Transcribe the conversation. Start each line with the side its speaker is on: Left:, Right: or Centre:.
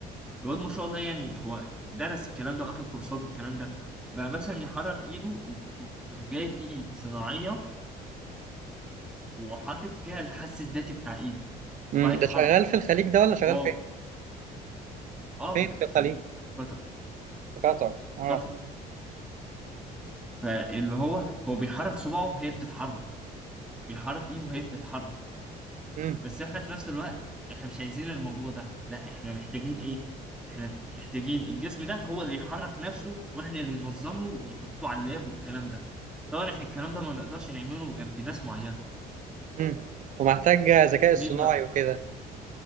Centre: الواد ما شاء الله يعني هو درس الكلام ده واخد كورسات والكلام ده بقى مثلا يحرك ايده وجايب ايد صناعيه وحاطط فيها الحس الذاتي بتاع ايده
Right: امم
Centre: وبقى يحرك
Right: ده شغال في الخليج ده ولا شغال
Centre: هو
Right: فين؟
Centre: اه
Right: فين
Centre: في الخليج
Right: في الخليج؟
Centre: في قطر
Right: في قطر
Centre: في
Right: اه
Centre: قطر فاللي هو هو بيحرك صباعه هي بتتحرك بيحرك ايده هي بتتحرك
Right: امم
Centre: بس احنا في نفس الوقت احنا مش عايزين الموضوع ده لا احنا محتاجين ايه احنا محتاجين الجسم ده هو اللي يحرك نفسه واحنا اللي ننظم له ونحطه على اللاب والكلام ده طبعا احنا الكلام ده ما نقدرش نعمله غير بناس معينة
Right: امم ومحتاج ذكاء اصطناعي
Centre: مين بقى
Right: وكده